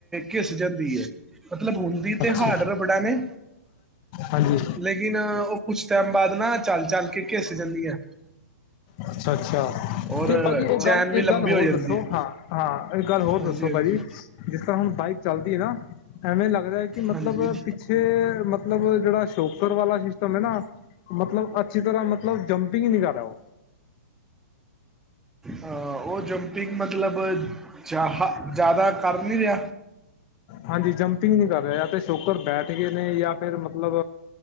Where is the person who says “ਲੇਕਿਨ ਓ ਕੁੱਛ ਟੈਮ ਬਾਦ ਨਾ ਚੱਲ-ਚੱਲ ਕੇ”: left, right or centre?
Centre